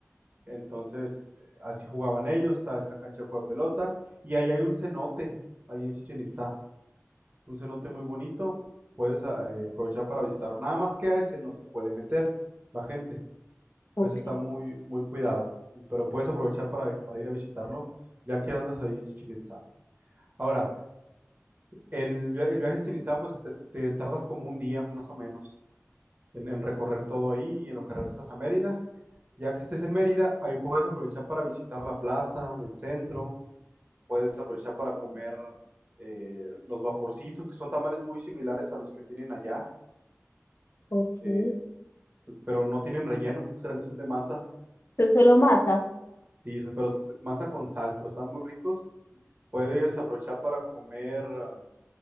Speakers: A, on the right; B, on the left.
A: Entonces, así jugaban ellos, estaba esa cancha de juego de pelota. Y ahí hay un cenote, ahí en Chichen Itzá, un cenote muy bonito, puedes ah, eh, aprovechar para visitarlo. Nada más que a ese no se puede meter la gente,
B: Ok,
A: eso está muy, muy cuidado, pero puedes aprovechar para, para ir a visitarlo, ya que andas ahí en Chichen Itzá. Ahora, el, via- el viaje a Chichen Itzá, pues te, te tardas como un día más o menos, en, en recorrer todo ahí y en lo que regresas a Mérida. Ya que estés en Mérida, ahí puedes aprovechar para visitar la plaza del centro, puedes aprovechar para comer eh, los vaporcitos, que son tamales muy similares a los que tienen allá,
B: ok.
A: eh,
B: Eso
A: pero no tienen relleno, <laughs> o sea, son de masa,
B: es solo masa.
A: sí, pero es masa con sal, pero están muy ricos. Puedes aprovechar para comer um,